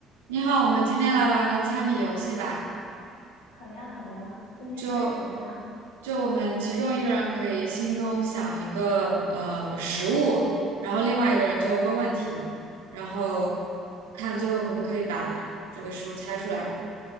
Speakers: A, on the right; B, on the left.
A: 你好，我们今天来玩个猜谜游戏吧。
B: 好呀，好呀，今天猜什么呀？
A: 就就我们其中一个人可以心中想一个呃食物，然后另外一个人就问问题，然后看最后可不可以把这个食物猜出来。